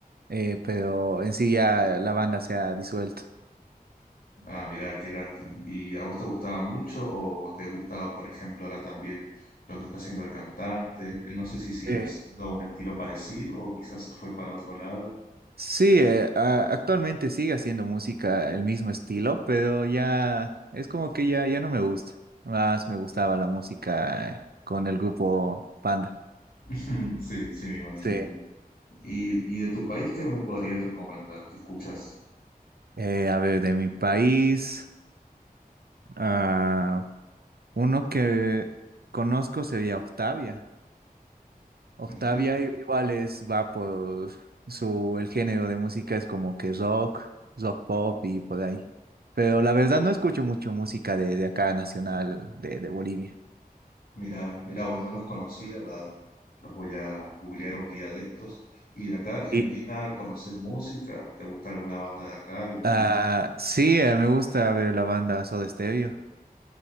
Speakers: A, on the right (about 80°); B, on the left (about 60°).
A: eh, pero en sí ya la banda se ha disuelto.
B: Ah, mira, qué lástima. ¿Y a vos te gustaba mucho o te gusta, por ejemplo, ahora también lo que está haciendo el cantante? Él no sé si siguió
A: Eh,
B: haciendo un estilo parecido o quizás se fue para otro lado.
A: sí, eh, a- actualmente sigue haciendo música el mismo estilo, pero ya es como que ya, ya no me gusta. Más me gustaba la música eh, con el grupo Panda.
B: <laughs> Sí, sí, me imagino.
A: Sí.
B: ¿Y, y de tu país qué me podrías recomendar? ¿Qué escuchas?
A: Eh, a ver, de mi país. ah, Uno que conozco sería Octavia. Octavia
B: <laughs>
A: i- igual es, va por su, el género de música es como que rock, rock pop y por ahí. Pero la verdad no escucho mucho música de, de acá nacional de, de Bolivia.
B: Mira, mira, vos no los conocía, la- los voy a googlear un día de estos. ¿Y de acá Argentina
A: Y
B: conoces música? ¿Te gusta alguna banda de acá, algún
A: ah,
B: grupo?
A: sí, eh, me gusta ver la banda Soda Stereo.